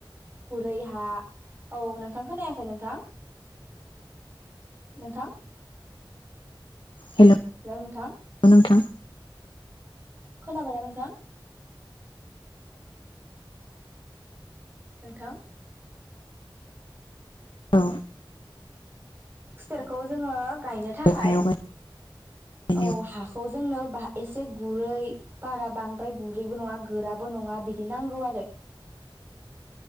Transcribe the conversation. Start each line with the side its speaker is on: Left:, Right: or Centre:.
Right: गुरै हा औ नोंथांखौ नायाखै नोंथां नोंथां
Left: हेल'
Right: हेलौ नोंथां
Left: नोंथां
Right: खोनाबायना नोंथां? नोंथां
Left: औ
Right: खुसेरखौ जोङो गायनो थाखाय
Left: औ हायाव गायनायाव
Right: औ हाखौ जोंनो एसे गुरै बारा बांद्राय गुरैबो नङा गोराबो नङा बिदि नांगौ आरो